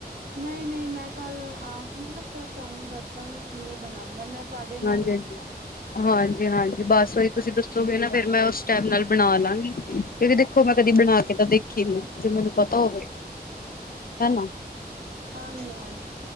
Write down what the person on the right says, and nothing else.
ਨਈ-ਨਈ ਮੈਂ ਕੱਲ ਆਵਾਂਗੀ ਨਾ ਫੇਰ, ਤੁਆਨੂੰ ਦੱਸਾਂਗੀ, ਕਿਵੇਂ ਬਣਾਨਾ। ਮੈਂ ਤੁਹਾਡੇ ਨਾਲ
ਲੱਗ ਜਾਗੀ
ਹਾਂ
ਹਾਂਜੀ-ਹਾਂਜੀ,